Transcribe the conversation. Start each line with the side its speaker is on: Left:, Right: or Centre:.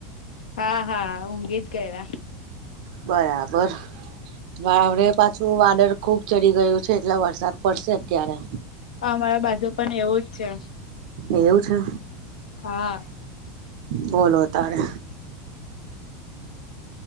Left: હા હા ઊંઘી જ ગયેલા.
Right: બરાબર. હા હવે પાછું વાદળ ખુબ ચડી ગયું છે. એટલે વરસાદ પડશે અત્યારે.
Left: અમારા બાજુ પણ એવું જ છે.
Right: એવું છે.
Left: હા.
Right: બોલો અત્યારે.